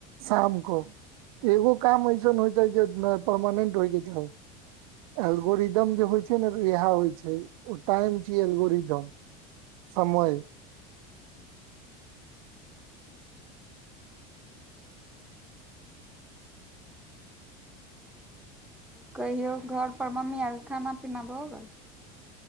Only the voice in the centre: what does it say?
कहियौ घर पर मम्मी आरके खाना पीना भऽ गेल।